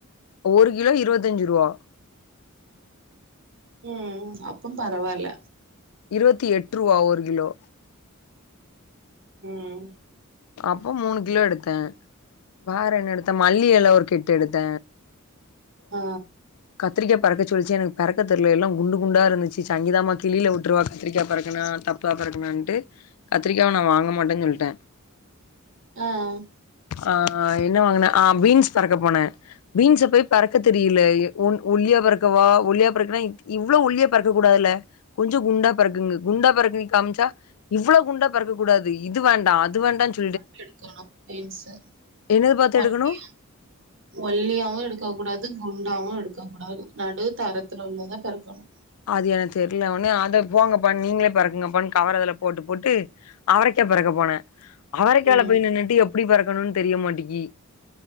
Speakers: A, on the left; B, on the right.
A: ஒரு கிலோ இருவத்தஞ்சு ருவா
B: ம் அப்போ பரவல்ல
A: இருவத்தி எட்டு ருவா ஒரு கிலோ
B: ம்
A: அப்போ மூணு கிலோ எடுத்த வேற என்ன எடுத்த மல்லி இல ஒரு கெட்டு எடுத்த
B: அ
A: கத்தரிக்கா பெறக்க சொல்லுச்சு எனக்கு பெறக்க தெர்ல எல்லா குண்டு குண்டா இருந்துச்சு சங்கீதாம்மா கிழியில விட்டுருவா கத்திரிக்கா பெறக்கன தப் தப்பா பெறக்கணான்டு கத்திரிக்காயாவ நா வாங்க மாட்டேன்னு சொல்ட்டே
B: அ
A: அ என்ன வாங்கின அ பீன்ஸ் பெறக்க போனே பீன்ஸ் போய் பெறக்க தெரியல ஒன் ஒல்லியா ஒல்லியா பறக்கவா ஒல்லியா பறக்கா இவ்ளோ ஒல்லியா பறக்க கூடாதுல கொஞ்சோ குண்டா பறக்குங்கு குண்டா பறக் டா காமிச்சா இவ்ளோ குண்டா பெறக்கக்க கூடாது இது வேண்டா அது வேண்டா சொல்
B: பாத்து எடுக்கோணு பீன்ஸ்சு
A: என்னது பாத்து
B: ஒல்லிய
A: எடுக்கணு
B: ஒல்லியாவு எடுக்க கூடாது குண்டாவு எடுக்க கூடாது நடு தரத்துல உள்ளத தா பெறக்கணு
A: அது எனக்கு தெர்ல ஒடனே அது நீங்க போங்கப்பா நீங்களே அதுல பெறக்குங்கப்பான்னு கவர அதிலேயே போட்டு போட்டு அவரக்கா க்கா பெறக்க போனே அவரக்காய்ல
B: ம்
A: போய் நின்னுட்டு எப்டி பெறக்கணு தெரிய மாட்டிக்கி